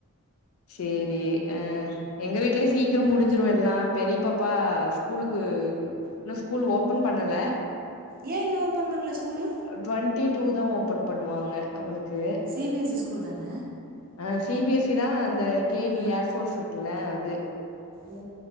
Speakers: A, on the left; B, on the right.
A: சரி அ எங்க வீட்லயு சீக்கிர முடிஞ்சிரு எல்லா பெரிய பாப்பா ஸ்கூலுக்கு இன்னு ஸ்கூல் ஓபன் பண்ணல
B: ஏ இன்னு ஓபன் பண்ணல ஸ்கூலு
A: டவெண்ட்டி டூ தா ஓப்பன் பண்ணுவாங்க அவளுக்கு
B: சிபிஎஸ்இ ஸ்கூல் தான
A: அ சிபிஎஸ்சி தா அந்த கேவி
B: ஆ
A: ஏர்போட்ஸ் இருக்குல்ல அது
B: ஓ